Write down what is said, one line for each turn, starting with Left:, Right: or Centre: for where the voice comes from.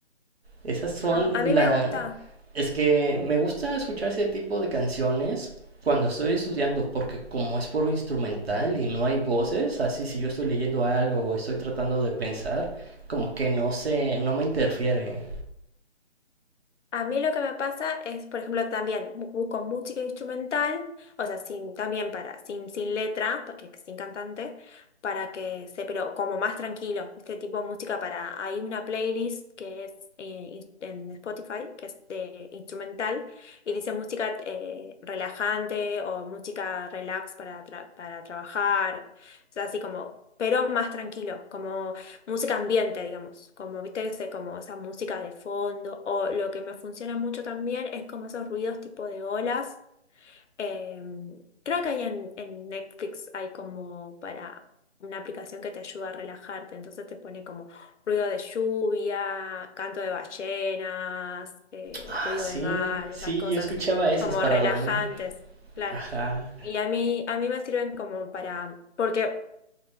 Right: Esas son
Left: Ah, a mí
Right: la...
Left: me gusta.
Right: Es que me gusta escuchar ese tipo de canciones cuando estoy estudiando, porque como es puro instrumental y no hay voces, así si yo estoy leyendo algo o estoy tratando de pensar, como que no se, no me interfiere.
Left: A mí lo que me pasa es, por ejemplo, también bu- busco música instrumental, o sea, sin, también para, sin, sin letra, porque sin cantante, para que se, pero como más tranquilo, este tipo de música para, hay una playlist que es eh, ins- en Spotify, que es de instrumental, y dice música eh, relajante o música relax para, tra- para trabajar, o sea, así como, pero más tranquilo, como música ambiente, digamos, como viste ese, como esa música de fondo, o lo que me funciona mucho también es como esos ruidos tipo de olas. Eh, creo que hay en, en Netflix hay como para una aplicación que te ayuda a relajarte, entonces te pone como ruido de lluvia, canto de ballenas, eh,
Right: Ah,
Left: ruido
Right: sí,
Left: de mar,
Right: sí,
Left: esas cosas
Right: yo escuchaba esas
Left: como
Right: para
Left: relajantes,
Right: dormir.
Left: claro.
Right: Ajá,
Left: Y a mí, a mí me sirven como para, porque